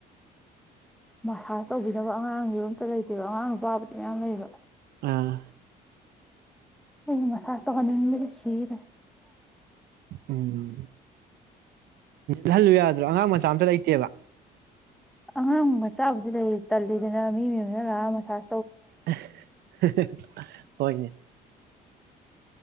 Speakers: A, in the centre; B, on the right.
A: ꯃꯁꯥꯁ ꯇꯧꯕꯤꯗꯅꯕ ꯑꯉꯥꯡꯁꯨ ꯠꯇ ꯂꯩꯇꯦꯕ ꯑꯉꯥꯡ ꯅꯨꯄꯥꯕꯨꯗꯤ ꯃꯌꯥꯝ ꯂꯩꯕ
B: ꯑꯥ
A: ꯑꯩ ꯃꯁꯥ ꯇꯣꯅꯤꯡ ꯃ ꯁꯤꯦꯕ
B: ꯎꯝ ꯠꯍꯜꯂꯨ ꯌꯥꯗ꯭ꯔꯣ ꯑꯉꯥꯡ ꯃꯆꯥ ꯑꯝꯇ ꯂꯩꯇꯦꯕ
A: ꯑꯉꯥꯡ ꯃꯆꯥꯕꯨꯗꯤ ꯂꯩ ꯇꯜꯂꯤꯗꯅ ꯃꯤꯃꯤꯅ ꯂ ꯃꯁ
B: <unintelligible> ꯍꯣꯏꯅꯦ